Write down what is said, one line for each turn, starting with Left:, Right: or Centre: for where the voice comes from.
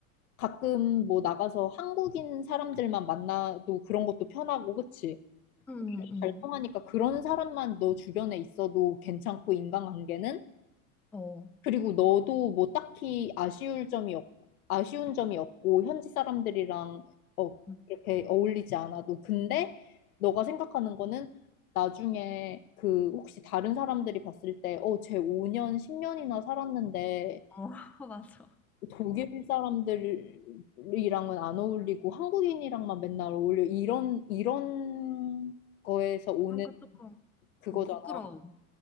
Left: 가끔 뭐 나가서 한국인 사람들만 만나도 그런 것도 편하고, 그치?
Centre: 음, 음,
Left: 잘 통하니까 그런 사람만 너 주변에 있어도 괜찮고, 인간관계는?
Centre: 어,
Left: 그리고 너도 뭐 딱히 아쉬울 점이 없, 아쉬운 점이 없고, 현지 사람들이랑 어,
Centre: 음,
Left: 이렇게 어울리지 않아도. 근데 너가 생각하는 거는 나중에 그 혹시 다른 사람들이 봤을 때, 어, 쟤 5년, 10년이나 살았는데,
Centre: 어, <laughs> 맞아.
Left: 독일 사람들이랑은 안 어울리고 한국인이랑만 맨날 어울려 이런 이런 거에서 오는
Centre: 그런 거 조금
Left: 그거잖아.
Centre: 음, 부끄러움.